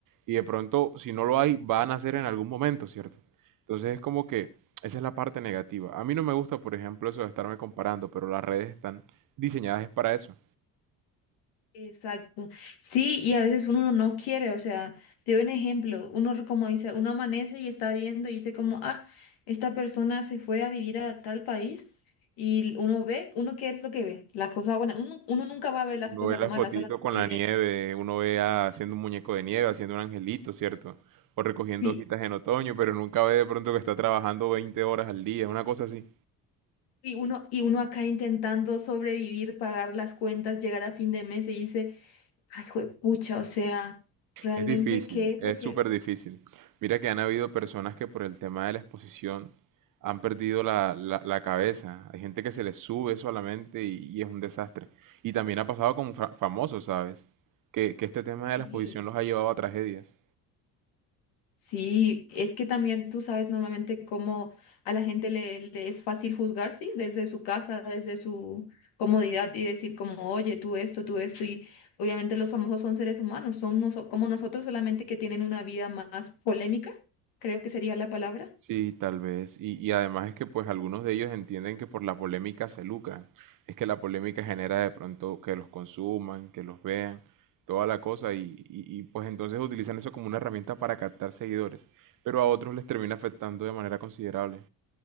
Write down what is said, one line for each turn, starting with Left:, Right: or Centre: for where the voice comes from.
Right: Y de pronto, si no lo hay, va a nacer en algún momento, ¿cierto? Entonces es como que esa es la parte negativa. A mí no me gusta, por ejemplo, eso de estarme comparando, pero las redes están diseñadas es para eso.
Left: Exacto. Sí, y a veces uno no quiere, o sea, te doy un ejemplo, uno como dice, uno amanece y está viendo y dice como, ah, esta persona se fue a vivir a tal país y uno ve, uno qué es lo que ve, las cosas buenas, uno, uno nunca va a ver las
Right: Uno
Left: cosas
Right: ve las
Left: malas,
Right: fotitos
Left: solamente
Right: con la nieve, uno ve a- haciendo un muñeco de nieve, haciendo un angelito, ¿cierto? O recogiendo
Left: sí.
Right: hojitas en otoño, pero nunca ve de pronto que está trabajando 20 horas al día, una cosa así.
Left: Y uno, y uno acá intentando sobrevivir, pagar las cuentas, llegar a fin de mes y dice, ay, pucha, o sea, realmente,
Right: Es difícil,
Left: ¿qué es
Right: es
Left: lo que...
Right: súper difícil. Mira que han habido personas que por el tema de la exposición han perdido la, la- la cabeza. Hay gente que se les sube solamente y, y es un desastre. Y también ha pasado con fa- famosos, ¿sabes? Que, que este tema de
Left: sí.
Right: la exposición los ha llevado a tragedias.
Left: Sí, es que también tú sabes normalmente cómo a la gente le, le es fácil juzgar, sí, desde su casa, desde su comodidad y decir como, oye, tú esto, tú esto, y obviamente los famosos son seres humanos, son noso- como nosotros solamente que tienen una vida más polémica, creo que sería la palabra.
Right: Sí, tal vez. Y, y además es que pues algunos de ellos entienden que por la polémica se lucran. Es que la polémica genera de pronto que los consuman, que los vean, toda la cosa. Y, y- y, pues entonces utilizan eso como una herramienta para captar seguidores. Pero a otros les termina afectando de manera considerable.